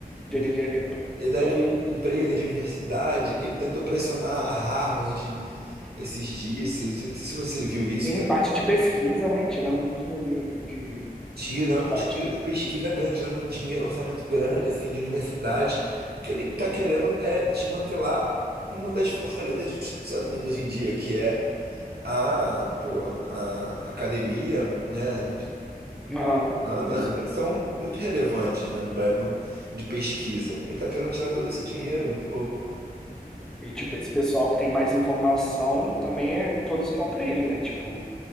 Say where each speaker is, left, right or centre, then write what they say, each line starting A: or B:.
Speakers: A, on the right (about 85°); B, in the centre.
A: do-
B: de energia limpa.
A: da
B: Eu vi.
A: empresa, de universidade. Ele tentou pressionar a Harvard esses dias. Se se- se você viu isso,
B: Tem parte de pesquisa, né? Tirando muito dinheiro de,
A: tirando
B: de parte
A: dinheiro
B: de
A: de
B: pesquisa.
A: pesquisa grande, tirando dinheiro, orçamento grande, assim, de universidades, que ele está querendo é desmantelar uma das fortalezas dos Estados Unidos hoje em dia, que é a, pô, a academia, né,
B: Aham.
A: americana,
B: Os-
A: eles são muito relevantes, né, no, Bra- no- de pesquisa. Ele está querendo tirar todo esse dinheiro, muito louco.
B: E, tipo, esse pessoal que tem mais informação também é todos contra ele, né? Tipo,